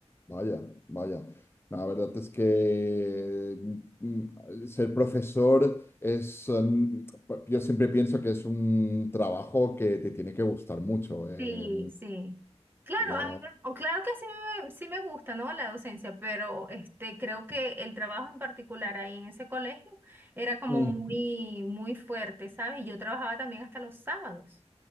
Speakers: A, on the left; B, on the right.
A: Vaya, vaya. No, la verdad es que mm, ser profesor es, mm, yo siempre pienso que es un trabajo que te tiene que gustar mucho. eh,
B: Sí, sí. Claro,
A: yo,
B: a mí me- o claro que sí me, sí me gusta, ¿no? La docencia, pero este, creo que el trabajo en particular ahí en ese colegio era como
A: mm,
B: muy, muy fuerte, ¿sabes? Yo trabajaba también hasta los sábados.